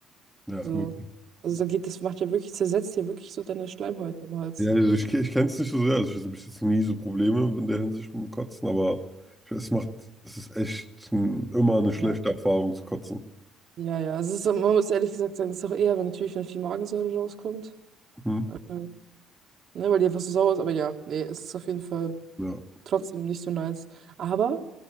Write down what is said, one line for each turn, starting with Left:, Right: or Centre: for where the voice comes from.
Centre: ja,
Right: So,
Centre: wirklich.
Right: also da geht, das macht ja wirklich, zersetzt ja wirklich so deine Schleimhäute im Hals.
Centre: Ja, also ich, ich kenne es nicht so sehr, also ich hatte bis jetzt nie so Probleme in der Hinsicht mit dem Kotzen, aber ich, es macht, es ist echt ein, immer eine schlechte
Right: Ja,
Centre: Erfahrung zu kotzen.
Right: ja, ja. Also es ist, man muss ehrlich gesagt sagen, es ist auch eher, wenn natürlich, wenn viel Magensäure rauskommt.
Centre: Mhm.
Right: ähm, Ne, weil die einfach so sauer ist, aber ja, nee, es ist auf jeden Fall
Centre: Ja,
Right: trotzdem nicht so nice. Aber